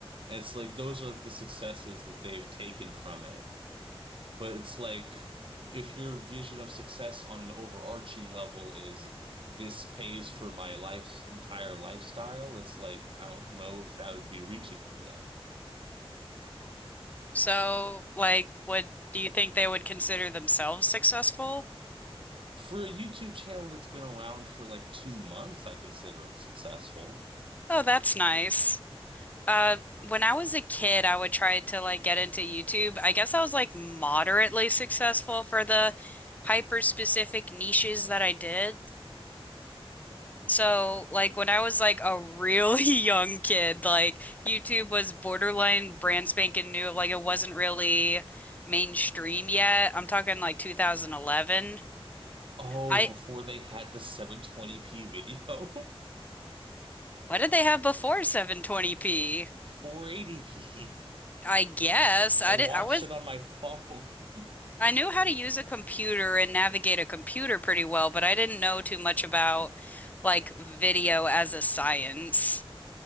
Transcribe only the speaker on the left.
So, like, what do you think they would consider themselves successful?
Oh, that's nice. Uh, when I was a kid, I would try to like get into YouTube. I guess I was like moderately successful for the hyper specific niches that I did. So, like when I was like a really <laughs> young kid, like YouTube was borderline brand spanking new. Like it wasn't really mainstream yet. I'm talking like 2011.
I
what did they have before 720p?
I guess
I did.
I was
I knew how to use a computer and navigate a computer pretty well, but I didn't know too much about like video as a science.